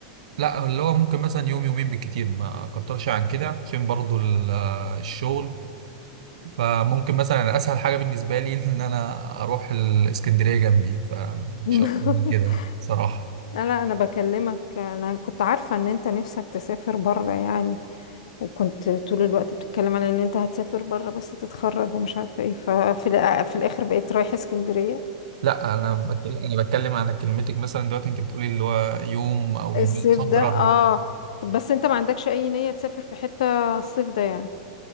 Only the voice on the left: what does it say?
<laughs>
لا انا بكلمك انا كنت عارفه ان انت نفسك تسافر بره يعني وكنت طول الوقت بتتكلم على ان انت هتسافر بره بس تتخرج ومش عارفه ايه ففي الأ- في الاخر بقيت رايحه اسكندريه
الصيف
ده
اه بس انت ما عندكش اي نية تسافر في حتة الصيف ده يعني